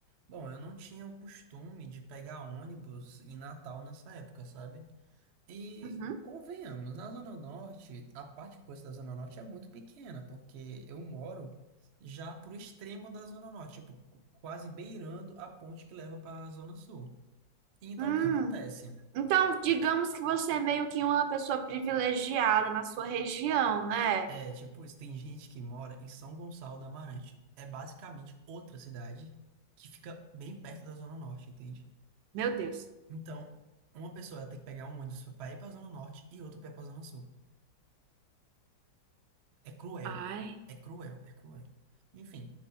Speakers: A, on the right (about 65°); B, on the right (about 80°).
A: Bom, eu não tinha o costume de pegar ônibus em Natal nessa época, sabe? E
B: Uhum.
A: convenhamos, na Zona Norte, a parte que eu conheço da Zona Norte é muito pequena, porque eu moro já pro extremo da Zona Norte, tipo, quase beirando a ponte que leva para a Zona Sul. E Então,
B: Hum.
A: o que acontece?
B: Então, digamos que você é meio que uma pessoa privilegiada na sua região, né?
A: É, tipo, isso, tem gente que mora em São Gonçalo do Amarante. É basicamente outra cidade que fica bem perto da Zona Norte, entende?
B: Meu Deus.
A: Então, uma pessoa ela tem que pegar um ônibus pra ir pra Zona Norte e outro pra ir pra Zona Sul. É cruel.
B: Ai,
A: É cruel, é cruel. Enfim,